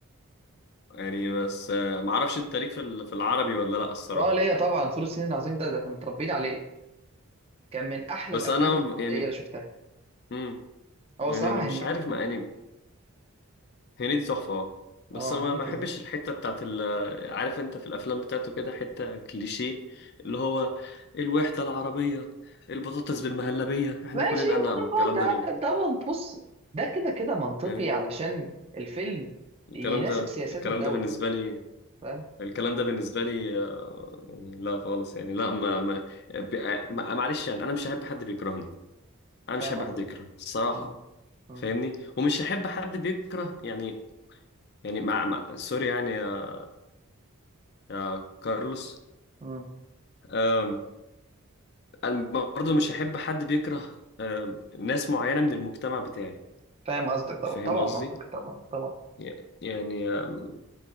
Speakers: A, on the left (about 50°); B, on the right (about 25°).
A: يعني بس آه، ما اعرفش انت ليك في ال- في العربي ولا لا الصراحه
B: اه ليا طبعا فول الصين العظيم ده ده احنا متربيين عليه كان من احلى
A: بس
B: الافلام
A: انا
B: الكوميديه
A: م- يعني
B: اللي شفتها
A: امم يعني
B: هو صراحه
A: انا مش
B: هن...
A: عارف ما يعني هنيدي تحفه اه بس
B: اه
A: انا
B: هنيدي
A: ما ما
B: فظيع
A: بحبش الحته بتاعت ال عارف انت في الافلام بتاعته كده حته كليشيه اللي هو الوحده العربيه البطاطس بالمهلبيه احنا
B: ماشي
A: كلنا انا
B: ما
A: لا ما الكلام
B: هو ده
A: ده بن...
B: ده منط... بص ده كده كده منطقي
A: يعني
B: علشان الفيلم
A: الكلام
B: يناسب
A: ده
B: سياسات
A: الكلام
B: الدوله
A: ده بالنسبه لي
B: فاهم
A: الكلام ده بالنسبه لي آه، يعني لا خالص يعني لا ما ما ب- آه، ما- معلش يعني انا مش هحب حد بيكرهني انا مش
B: فاهم
A: هحب حد يكرهني الصراحه
B: مم. مم.
A: فاهمني ومش هحب حد بيكره يعني يعني مع, مع سوري يعني يا, يا كارلوس
B: مم.
A: أم، انا برضه مش هحب حد بيكره أم، ناس معينة من المجتمع بتاعي
B: فاهم قصدك طبعا
A: فاهم
B: طبعا
A: قصدي
B: منطقي طبعا طبعا
A: ي- يعني أم،